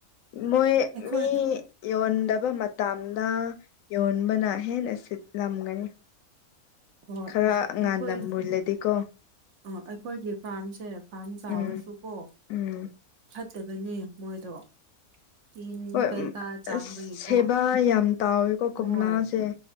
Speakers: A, on the left (about 70°); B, on the right (about 60°).
A: ꯃꯣꯏ
B: ꯑꯩꯈꯣꯏ
A: ꯃꯤ ꯌꯣꯟꯗꯕ ꯃꯇꯝꯗ ꯌꯣꯟꯕꯅ ꯍꯦꯟꯅ ꯁꯤꯠꯂꯝꯒꯅꯤ
B: ꯍꯣꯏ
A: ꯈꯔ ꯉꯥꯟꯅ
B: ꯑꯩꯈꯣꯏ
A: ꯃꯨꯜꯂꯗꯤꯀꯣ
B: ꯑ ꯑꯩꯈꯣꯏꯒꯤ ꯐꯥꯔꯝꯁꯦ ꯐꯥꯔꯝ ꯆꯥꯎꯔꯁꯨꯀꯣ
A: ꯎꯝ ꯎꯝ
B: ꯐꯠꯇꯕꯅꯦ ꯃꯣꯏꯗꯣ ꯇꯤꯟ
A: ꯍꯣꯏ
B: ꯀꯩꯀꯥ
A: ꯑꯝ
B: ꯆꯥꯡꯕꯒꯤꯀꯣ
A: ꯁꯦꯕꯥ ꯌꯥꯝ ꯇꯥꯎꯋꯦ ꯀꯣ ꯀꯣꯝꯂꯥꯁꯦ
B: ꯍꯣꯏ